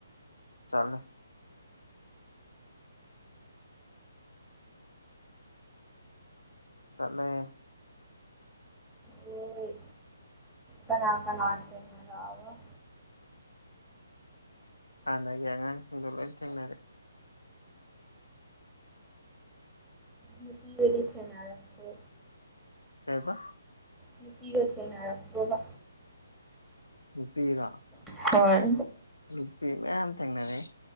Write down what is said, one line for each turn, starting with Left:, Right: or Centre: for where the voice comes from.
Left: ꯆꯠꯂꯦ ꯆꯠꯂꯦ
Centre: ꯍꯣꯏ ꯀꯅꯥ ꯀꯅꯥ <unintelligible>
Left: ꯍꯥꯟꯅꯒꯤ ꯑꯉꯥꯡꯁꯤꯡꯗꯣ ꯂꯣꯏ ꯊꯦꯡꯅꯔꯦ
Centre: ꯅꯨꯄꯤꯒꯗꯤ ꯊꯦꯅꯔꯛꯇ꯭ꯔꯣ
Left: ꯀꯩꯕ
Centre: ꯅꯨꯄꯤꯒ ꯊꯦꯡꯅꯔꯛꯇ꯭ꯔꯣꯕ
Left: ꯅꯨꯄꯤꯔꯣ
Centre: ꯍꯣꯏ
Left: ꯅꯨꯄꯤ ꯃꯌꯥꯝ ꯊꯦꯡꯅꯔꯛꯏ